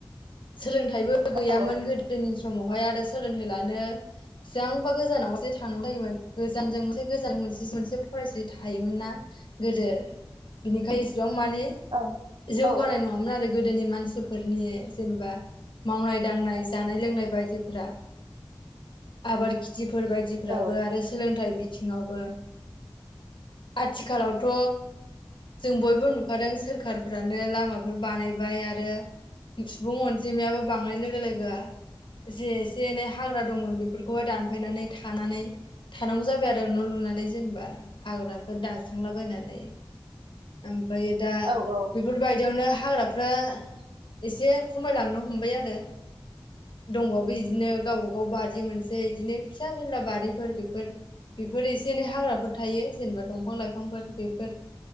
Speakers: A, on the left; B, on the right.
A: सोलोंथाइबो गैयामोन
B: औ
A: गोदोनि समावहाय आरो सोलोंथाइ लानो बेसेबांबा गोजानावसे थांनांगौ जायोमोन गोजानजों मोनसे गोजान मोनसे मोनसे फरायसालि थायोमोन ना गोदो बिनिखाय एसेबां मान मानि
B: औ
A: जौगानाय
B: औ
A: नङामोन आरो। गोदोनि मानसिफोरनि जेनेबा मावनाय दांनाय जानाय लोंनाय बायदिफोरा आबाद दिफोर बायदिफ्राबो
B: औ
A: आरो सोलोंथाइ बि थिङाब्लाबो आथिखालावथ' जों बयबो नुखादों सोरखार- फ्रानो लामाफोर बानायबाय आरो सुबुं अनजिमायाबो बांनाय लोगो लोगो जे एसे एनै हाग्रा दंमोन बेफोरखौहाय दानफायनानै थानानै थानांगौ जाबाय आरो न' लुनानै जेनेबा हाग्राफोर दानस्रांलाबायनानै। ओमफ्राय दा
B: औ औ
A: बेफोरबायदियावनो हाग्राफ्रा एसे खमायलांनो हमबाय आरो दंबावो बिदिनो गावबा गाव बारि मोनसै बिदिनो फिसा फेनला बारिफोर बेफोर बेफोर एसे एनै हाग्राफोर थायो जेनेबा दंफां लाइफांफोर बेफोर